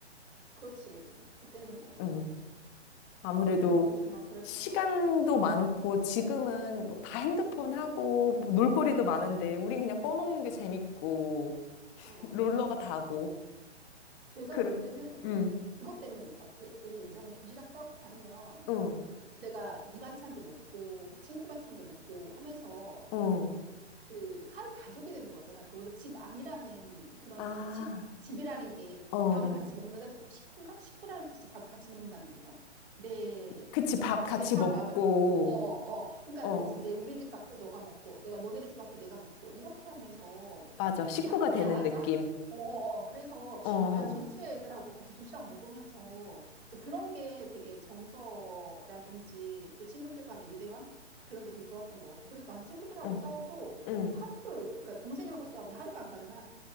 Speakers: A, on the right; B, on the left.
A: 그렇지. 그때는 뭐,
B: 응. 아무래도
A: 그때는 그래 정말 그랬던
B: 시간도
A: 것 같아.
B: 많고 지금은 뭐 다 핸드폰
A: 응,
B: 하고 뭐 놀거리도
A: 응,
B: 많은데 우린 그냥 꺼먹는 게 재밌고 <laughs>
A: 응.
B: 롤러가 다고.
A: 내가
B: 그래.
A: 볼 때는
B: 응,
A: 그것 때문인 것 같아. 우리 예전에 도시락 싸고 다니면
B: 응,
A: 내가 네 반찬도 먹고, 친구 반찬도 먹고 하면서
B: 어,
A: 그 한 가족이 되는 거잖아. 그러니까 원래 집 안이라는 그런
B: 아,
A: 그러니까 집 집이라는 게
B: 어.
A: 밥을 같이 먹는다 어, 식구인가? 식구라는 뜻이 밥을 같이 먹는다는 건가? 내
B: 그치, 밥
A: 집에서
B: 같이 먹고,
A: 한 밥을 어, 어, 어. 그러니까
B: 어,
A: 이제 지금 내 우리 집 밥도 너가 먹고 내가 너네 집 밥도 내가 먹고 이렇게 하면서
B: 맞아. 식구가
A: 이게 함께
B: 되는
A: 하자.
B: 느낌.
A: 어, 어, 어. 그래서
B: 어, 어,
A: 반 전체 애들하고 같이 도시락 먹으면서 이제 그런 게 되게 정서라든지 또 친구들 간의 유대감 그런 게 되게 좋았던 것 같아. 그래서 난 친구들하고
B: 어,
A: 싸워도
B: 응.
A: 하루를, 그러니까 동생하고 싸우면 하루가 안 가잖아.